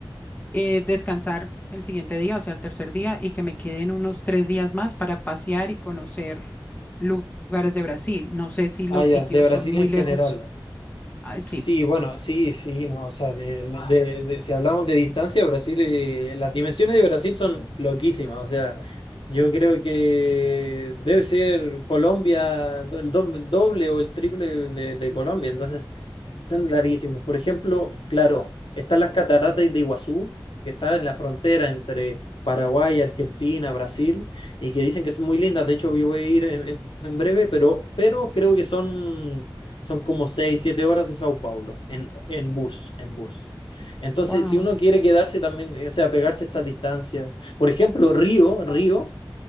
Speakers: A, on the left; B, on the left.
A: eh, descansar el siguiente día, o sea, el tercer día, y que me queden unos tres días más para pasear y conocer lu- lugares de Brasil. No sé si los
B: Ah, ya,
A: sitios
B: de Brasil
A: son muy
B: en general.
A: lejos. Ay,
B: Sí,
A: sí,
B: bueno, sí, sí, no, o sea, de- de- de- si hablamos de distancia, Brasil, eh, las dimensiones de Brasil son loquísimas, o sea, yo creo que debe ser Colombia, do- el doble, doble o el triple de, de Colombia, entonces son larguísimos. Por ejemplo, claro, están las cataratas de Iguazú, que está en la frontera entre Paraguay, Argentina, Brasil, y que dicen que son muy lindas. De hecho, yo voy a ir en, en- en breve, pero, pero creo que son, son como 6 7 horas de Sao Paulo en, en bus, en bus. Entonces,
A: wow,
B: si uno quiere quedarse también, eh, o sea, pegarse esa distancia. Por ejemplo, Río, Río,